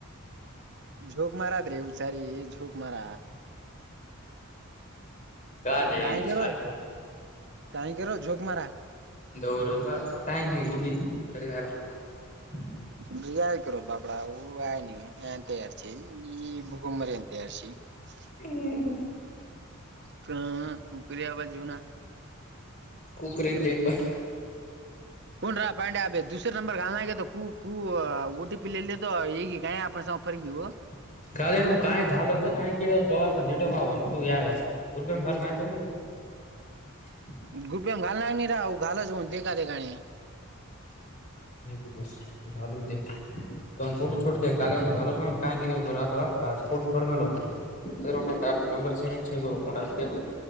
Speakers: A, on the right; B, on the left.
A: ಜೋಕ್ ಮಾರ ಆದ್ರೆ ಹುಷಾರಿ ಜೋಕ್ ಮಾರ
B: ಕಾರೇ
A: ಕಾಯ್ ಗುರು
B: ಅದು
A: ಕಾಯ್ ಗುರು ಜೋಕ್ ಮಾರ?
B: <unintelligible>
A: <unintelligible>
B: ಹ್ಮ್
A: ಕ ಉಪ್ರಿ ಯಾವ ಜೀವ್ನ
B: ಕುಕರೆ ಇದ್ದ ಬ
A: ಕನ್ ರಾ ಪಾಂಡೆ ಅೆ ದೂಸರ ನಂಬರ್ ಾಲ ಕ ಓಟಿ ಪಿ ಈಗ <unintelligible>
B: <unintelligible> <unintelligible>
A: <unintelligible>
B: <unintelligible> <unintelligible>